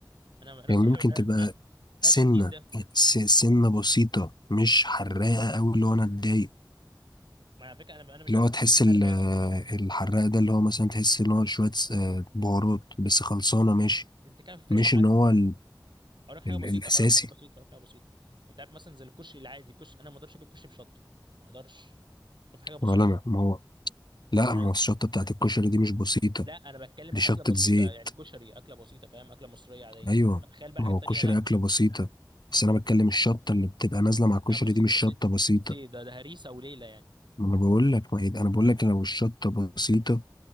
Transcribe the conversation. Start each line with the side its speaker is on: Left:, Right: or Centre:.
Right: انا انا
Left: يعني
Right: صاحب
Left: ممكن تبقى
Right: انا انا
Left: سنه
Right: أنا مش التيم ده
Left: يعني س- سنه بسيطه مش حراقه قوي اللي هو انا اتضايق
Right: ما على فكره انا انا مش
Left: اللي
Right: من
Left: هو
Right: التيم
Left: تحس
Right: الحراق
Left: ال-
Right: ده خالص
Left: الحراق ده اللي هو مثلا تحس ان هو شوية آه، بهارات بس خلصانة ماشي
Right: انت أنت بتتكلم في الفراخ
Left: مش
Right: ع-
Left: ان هو ال
Right: اقول لك حاجه
Left: ال
Right: بسيطه
Left: الاساسي
Right: اقول لك حاجه بسيطه اقول لك حاجه بسيطه انت عارف مثلا زي الكشري العادي الكشري انا ما اقدرش اكل كشري بشطه ما اقدرش شوف حاجه بسيطه
Left: ولا ما
Right: أهو.
Left: ما هو لا
Right: يعني-
Left: ما هو الشطة بتاعت الكشري دي مش بسيطة
Right: لا انا بتكلم
Left: دي
Right: اكله
Left: شطة
Right: بسيطه
Left: زيت
Right: يعني كشري اكله بسيطه فاهم اكله مصريه عاديه
Left: ايوه
Right: تخيل بقى
Left: ما
Right: حاجه
Left: هو
Right: تانية
Left: الكشري
Right: لا
Left: اكلة بسيطة بس انا بتكلم الشطة اللي بتبقى نازلة مع الكشري
Right: لا بسيط
Left: دي مش
Right: بسيط
Left: شطة بسيطة
Right: بسيط ايه ده ده هريسه وليله يعني
Left: ما انا بقول لك ما هي- انا بقول لك لو الشطة بسيطة